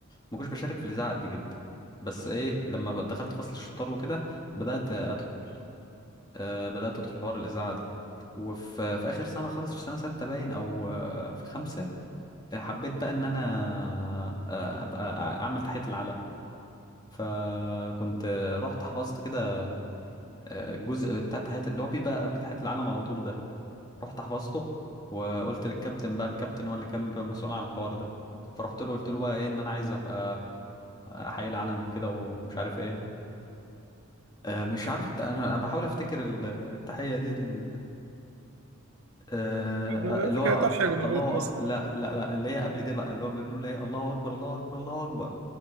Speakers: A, on the left; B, on the right.
A: ما كنتش بشارك في الاذاعه قد جدا بس ايه لما بقى دخلت فصل الشطار وكده بدات ادخل آه، بدات ادخل حوار الاذاعه ده وفي في اخر سنه خالص في سنه سته باين او آه، في خمسه حبيت بقى ان انا آه، ابقى اعمل تحيه العلم فكنت آه، رحت حفظت كده آه، الجزء بتاع تحية اللي هو بيبقى قبل تحية العلم على طول ده رحت حفظته وقلت للكابتن بقى الكابتن هو اللي كان بيبقى مسؤول عن الحوار ده فرحت له قلت له بقى ايه ان انا عايز ابقى احيي العلم كده ومش عارف ايه آه، مش عارف الت... انا بحاول افتكر ال- التحية دي لل... آه،
B: أنا
A: اللي
B: فكرتها
A: هو
B: حلوه
A: أ- الله
B: بيت مصر
A: أكبر لا لا لا اللي هي قبل ده بقى اللي هو بنقول ايه الله اكبر الله اكبر الله اكبر